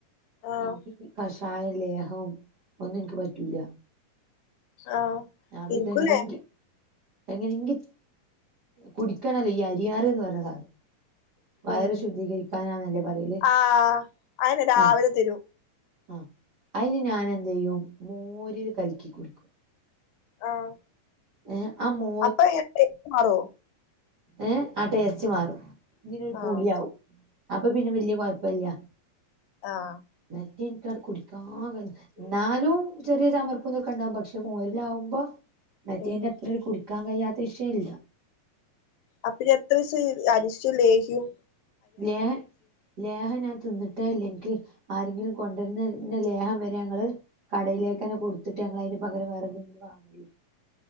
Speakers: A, on the left (about 80°); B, on the right (about 65°).
A: ആഹ്
B: ഇന്ക്ക് കി കഷായം ലേഹവും ഒന്നും ഇന്ക്ക് പറ്റൂല
A: ആഹ്
B: അപ്പയിത്
A: ഇൻക്കുല്ലേ
B: എങ്ങനെങ്കി എങ്ങനെങ്കി കുടിക്കണല്ലോ ഈ അരിയാറ്ന്ന് പർഞ്ഞ സാധനം വയറ്
A: ഉം
B: ശുദ്ധീകരിക്കാനാന്നല്ലേ പറയല്
A: ആഹ് അയെന്നെ രാവിലെ
B: ആഹ്
A: തരും
B: ആഹ് അയിന് ഞാനന്തെയ്യും മോരില് കലക്കി കുടിക്കും
A: ആഹ്
B: ഏഹ് ആ മോ
A: അപ്പയെ ടേസ്റ്റ് മാറോ
B: ഏഹ് ആഹ് ടേസ്റ്റ് മാറും ഇതിനൊരു
A: ആഹ്
B: പുളിയാവും അപ്പം പിന്നെ വെല്ല്യ കൊഴപ്പല്ല
A: ആഹ്
B: മറ്റേ ഇന്ക്കാട്ട് കുടിക്കാന് ക ഇന്നാലും ചെറിയെ ചമർപ്പ് ഇതൊക്കെ ഇണ്ടാവും പക്ഷേ മോരിലാവുമ്പം മറ്റേയിന്റെ
A: ഉം
B: അത്ര ഒരു കുടിക്കാൻ കഴിയാത്ത വിഷയല്ല
A: അപ്പയെ എത്ര ദിവസം ഈ അരിഷ്ടും ലേഹ്യും
B: ലേഹം ലേഹം ഞാൻ തിന്ന്ട്ടെ ഇല്ലാ ഇന്ക്ക് ആരെങ്കിലും കൊണ്ടോന്നര്ന്ന ലേഹം വരെ ഞങ്ങള് കടയിലേക്കന്നെ കൊട്ത്തിട്ട് ഞങ്ങള് അയിന് പകരം വേറെ എന്തെങ്കിലു വാങ്ങലേ